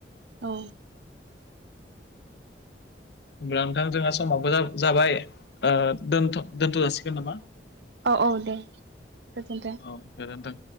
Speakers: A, on the right; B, on the left.
A: औ
B: अब्ला नोंथां जोंहा समाबो जाबाय' दोनथ' जासिगोन नामा
A: औ-औ दे गोजोन्थों
B: औ गोजोनथों